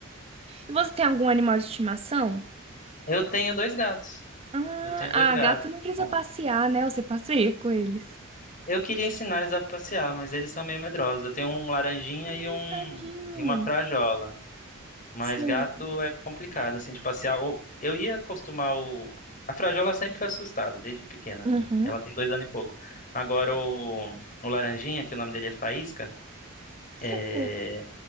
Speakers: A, on the right (about 30°); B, on the left (about 40°).
A: E você tem algum animal de estimação?
B: Eu tenho dois gatos.
A: Ah,
B: Eu tenho dois gatos.
A: ah, gato não precisa
B: Bom,
A: passear, né? Você passeia com eles.
B: eu queria ensinar eles a passear, mas eles são meio medrosos. Eu tenho um laranjinha
A: Ah,
B: e um
A: Tadinho.
B: e uma frajola. Mas
A: Sim.
B: gato é complicado, assim, de passear. Ou- Eu ia acostumar o. A Frajola sempre foi assustada, desde pequena mesmo.
A: Uhum.
B: Ela tem dois anos e pouco. Agora o, o Laranjinha, que o nome dele é Faísca,
A: <laughs>
B: é,
A: Ai, fofo.